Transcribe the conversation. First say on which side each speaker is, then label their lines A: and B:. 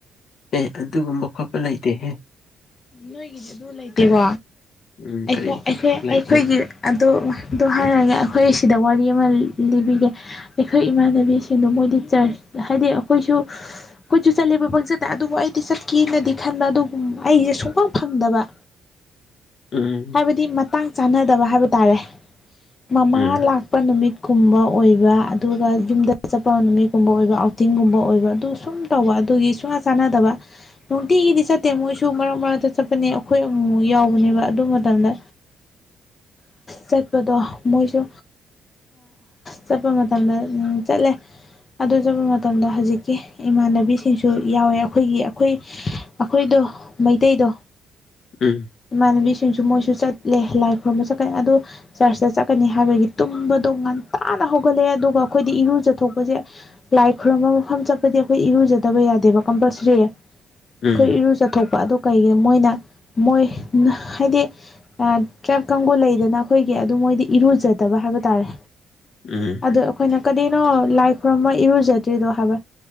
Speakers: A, on the left; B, on the left.
A: ꯑꯦ ꯑꯗꯨꯒꯨꯝꯕ ꯈꯣꯠꯄ ꯂꯩꯇꯦꯍꯦ
B: ꯅꯣꯏꯒꯤꯗꯤ ꯑꯗꯨ ꯂꯩꯇꯦꯀꯣ
A: ꯀꯔꯤ ꯎꯝ
B: ꯑꯩꯈꯣꯏ
A: ꯀꯔꯤꯝꯇ ꯈꯣꯠ ꯂꯩꯇꯦ
B: ꯑꯩꯈꯣꯏꯒꯤ ꯑꯗꯣ ꯑꯗꯣ ꯍꯥꯏꯔꯒ ꯑꯩꯈꯣꯏ ꯁꯤꯗ ꯋꯥꯔꯤ ꯑꯃ ꯂꯤꯕꯤꯒꯦ ꯑꯩꯈꯣꯏ ꯏꯃꯥꯟꯅꯕꯤꯁꯤꯡꯗꯣ ꯃꯣꯏꯗꯤ ꯆꯔꯆ ꯍꯥꯏꯗꯤ ꯑꯩꯈꯣꯏꯁꯨ ꯀꯣꯏꯁꯨ ꯆꯠꯂꯦꯕ ꯄꯪꯆꯠꯇ ꯑꯗꯨꯕꯨ ꯑꯩꯗꯤ ꯆꯠꯀꯦꯅꯗꯤ ꯈꯟꯕ ꯑꯗꯨꯒꯨꯝ ꯑꯩꯁꯦ ꯁꯨꯝ ꯐꯪ ꯐꯪꯗꯕ
A: ꯎꯝ
B: ꯍꯥꯏꯕꯗꯤ ꯃꯇꯥꯡ ꯆꯥꯟꯅꯗꯕ ꯍꯥꯏꯕ ꯇꯥꯔꯦ ꯃꯃꯥ
A: ꯎꯝ
B: ꯂꯥꯛ ꯆꯠꯄ ꯅꯨꯃꯤꯠꯀꯨꯝꯕ ꯑꯣꯏꯕ ꯑꯗꯨꯒ ꯌꯨꯝꯗ ꯆꯠꯄ ꯅꯨꯃꯤꯠꯀꯨꯝꯕ ꯑꯣꯏꯕ ꯑꯥꯎꯇꯤꯡꯒꯨꯝꯕ ꯑꯣꯏꯕ ꯑꯗꯨ ꯁꯨꯝ ꯇꯧꯕ ꯑꯗꯨꯒꯤ ꯁꯨꯡꯆꯥ ꯆꯥꯟꯅꯗꯕ ꯅꯨꯡꯇꯤꯒꯤꯗꯤ ꯆꯠꯇꯦ ꯃꯣꯏꯁꯨ ꯃꯔꯛ ꯃꯔꯛ ꯇ ꯆꯠꯄꯅꯦ ꯑꯩꯈꯣꯏ ꯑꯃꯨꯛꯃꯨꯛ ꯌꯥꯎꯕꯅꯦꯕ ꯑꯗꯨ ꯃꯇꯝꯗ ꯆꯠꯄꯗꯣ ꯃꯣꯏꯁꯨ ꯆꯠꯄ ꯃꯇꯝꯗ ꯆꯠꯂꯦ ꯑꯗꯨ ꯆꯠꯄ ꯃꯇꯝꯗ ꯍꯧꯖꯤꯛꯀꯤ ꯏꯃꯥꯟꯅꯕꯤꯁꯤꯡꯁꯨ ꯌꯥꯎꯋꯦ ꯑꯈꯣꯏꯒꯤ ꯑꯩꯈꯣꯏ ꯑꯈꯣꯏꯗꯣ ꯃꯩꯇꯩꯗꯣ
A: ꯎꯝ
B: ꯏꯃꯥꯟꯅꯕꯤꯁꯤꯡꯁꯨ ꯃꯣꯏꯁꯨ ꯆꯠꯂꯦ ꯂꯥꯏ ꯈꯨꯔꯨꯝꯕ ꯆꯠꯀ ꯑꯗꯣ ꯆꯔꯆꯇ ꯆꯠꯀꯅꯤ ꯍꯥꯏꯕꯒꯤ ꯇꯨꯝꯕꯗꯣ ꯉꯟꯇꯥꯅ ꯍꯧꯒꯠꯂꯛꯑꯦ ꯑꯗꯨꯒ ꯑꯩꯈꯣꯏꯗꯤ ꯏꯔꯨꯖꯊꯣꯛꯄꯁꯦ ꯂꯥꯏ ꯈꯨꯔꯨꯝꯕ ꯃꯐꯝ ꯆꯠꯄꯗꯤ ꯑꯩꯈꯣꯏ ꯏꯔꯨꯖꯗꯕ ꯌꯥꯗꯦꯕ ꯀꯝꯄꯜꯁꯔꯤ
A: ꯎꯝ
B: ꯈꯣꯏ ꯏꯔꯨ ꯆꯠꯊꯣꯛꯄ ꯑꯗꯨ ꯀꯩꯒꯤꯅꯣ ꯃꯣꯏꯅ ꯃꯣꯏ ꯍꯥꯏꯗꯤ ꯇ꯭ꯔꯥꯏꯞ ꯀꯥꯡꯕꯨ ꯂꯩꯗꯅ ꯑꯈꯣꯏꯒꯤ ꯑꯗꯨ ꯃꯣꯏꯗꯤ ꯏꯔꯨꯖꯗꯕ ꯍꯥꯏꯕ ꯇꯥꯔꯦ
A: ꯎꯝ
B: ꯑꯗꯨ ꯑꯈꯣꯏꯅ ꯀꯔꯤꯅꯣ ꯂꯥꯏ ꯈꯨꯔꯨꯝꯃ ꯏꯔꯨꯖꯗ꯭ꯔꯤꯗꯣ ꯍꯥꯏꯕ